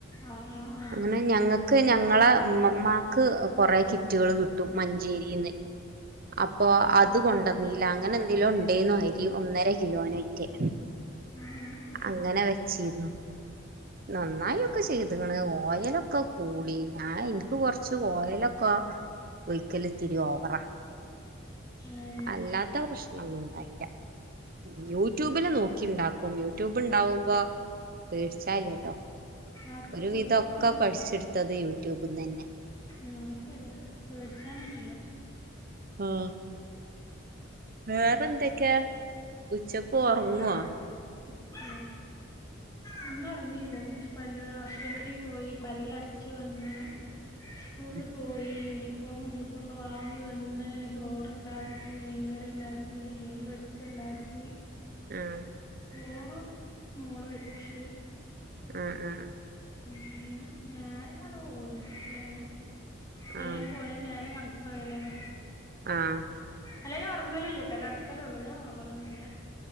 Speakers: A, on the left; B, on the right.
A: ആഹ് ആഹ് ആ
B: അങ്ങനെ ഞങ്ങക്ക് ഞങ്ങളെ ഇമ്മാക്ക് കൊറെ കിറ്റുകൾ കിട്ടും മഞ്ചേരിന്ന് അപ്പൊ അത്
A: ഉം
B: കൊണ്ടന്നീല അങ്ങനെ എന്തിലോ ഉണ്ടേന്നു അരി ഒന്നര കിലോനെറ്റേ
A: ആഹ്
B: അങ്ങനെ വെച്ചിരുന്നു നന്നായി ഒക്കെ ചെയ്തക്ണ് ഓയലൊക്കെ കൂടി ഞാൻ ഇനിക്ക് കൊറച്ച് ഓയലൊക്കെ ഒയിക്കലിതിരി ഓവറാ
A: ഉം
B: അല്ലാത്ത പ്രശ്നൊന്നുംണ്ടായില്ല യൂട്യൂബില് നോക്കിണ്ടാക്കും യൂട്യൂബ് ഉണ്ടാവുമ്പോ പേടിച്
A: ആർക്കും
B: ഒരു
A: പേടിച്ചാനൊന്നുല്ല
B: വിധമൊക്കെ പഠിച്ചെടുത്തത് യൂട്യൂബ്ന്ന് തന്നെ
A: ആഹ് ശരിയാ പേടിച്ചാനൊന്നുല്ല
B: ആഹ് വേറെ എന്തൊക്കെയാ ഉച്ചക്ക്
A: <unintelligible>
B: ഉറങ്ങുവോ
A: ഇന്ന് ഉറങ്ങിയില്ല പല്ല് ആശുപത്രിൽ പോയി പല്ല് അടച്ചു വന്ന് സ്കൂളിൽ പോ
B: !!!!!!!!!!
A: യൂണിഫോമും ബുക്കൊക്കെ വാങ്ങി വന്ന് ചോറുണ്ടാക്കി മീൻകറി ഉണ്ടാക്കി ഇനി മീൻ ച്ച് ഉണ്ടാക്കി
B: ആഹ്
A: ചോറ് മോള് വെച്ച്
B: ആഹ് ആഹ്
A: ഉം അങ്ങനെ ഞാൻ ഇന്നലെ പോയി ഏതിലെങ്കിലും
B: ആഹ്
A: പോയ നേരം കാണ കാവലാണ്
B: ആഹ്
A: അല്ലേലും ഉറങ്ങലില്ല ട്ടോ കിടക്കളൊള്ളൂ ഞാൻ ഉറങ്ങലൊന്നും ഇല്ല